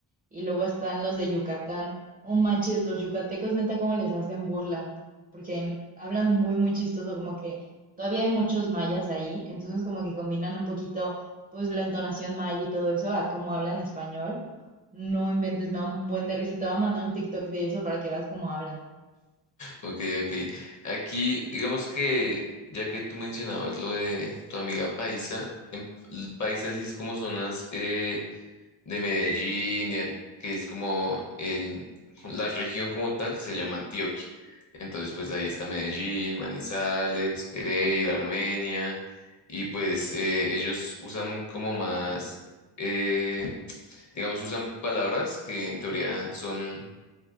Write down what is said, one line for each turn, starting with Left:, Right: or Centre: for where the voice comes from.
Right: Y luego están los de Yucatán. Oh manches, los yucatecos, neta, cómo les hacen burla. Porque n- hablan muy, muy chistoso, como que todavía hay muchos mayas ahí. Entonces, como que combinan un poquito, pues, la entonación maya y todo eso a cómo hablan español. No inventes, me da un buen de risa. Te voy a mandar un TikTok de eso para que veas cómo hablan.
Left: Ok, ok. Aquí, digamos que, ya que tú mencionabas lo de tu amiga Paisa, en el Paisa sí es como zonas eh, de Medellín, de An- que es como el, la región como tal, se llama Antioquia. Entonces, pues ahí está Medellín, Manizales, Pereira, Armenia, y pues eh, ellos usan como más, eh, digamos, usan palabras que en teoría son